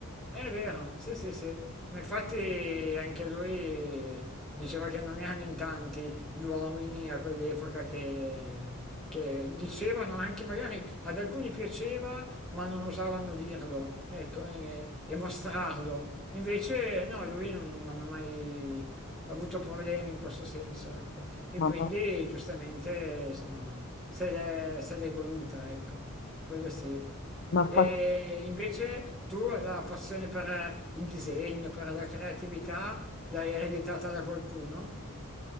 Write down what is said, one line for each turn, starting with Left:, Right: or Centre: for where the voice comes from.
Centre: È vero, sì, sì, sì. Ma infatti anche lui diceva che non erano in tanti gli uomini a quell'epoca che, che dicevano anche, magari ad alcuni piaceva, ma non osavano dirlo, ecco, e, e mostrarlo. Invece no, lui non, non ha mai avuto problemi in questo senso, ecco. E
Left: Ma,
Centre: quindi
Left: ma,
Centre: giustamente, insomma, se l'è se l'è voluta, ecco. Quello sì.
Left: ma
Centre: E
Left: fa-
Centre: invece tu la passione per il disegno, per la creatività, l'hai ereditata da qualcuno?